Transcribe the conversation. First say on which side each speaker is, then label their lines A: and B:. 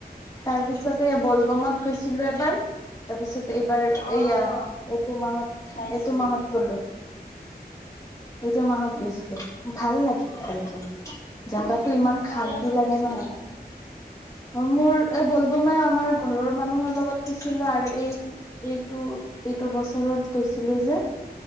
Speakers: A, on the left; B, on the left.
A: তাৰ পিছতে বলবমত গৈছিলো এবাৰ তাৰপিছত এইবাৰ
B: অ।
A: এইয়া এইটো মাহত
B: চাইছো
A: এইটো মাহত গলো। এইটো মাহত গৈছিলো। ভাল লাগিল গৈ কিনে, জাগা তো ইমান
B: কাৰ
A: শান্তি
B: লগত
A: লাগে
B: গৈছিলা
A: ন' অ মোৰ এ বলবোমে আমাৰ ঘৰৰ মানুহৰ লগত গৈছিলো আৰু এই এইটো এইটো বছৰত গৈছিলো যে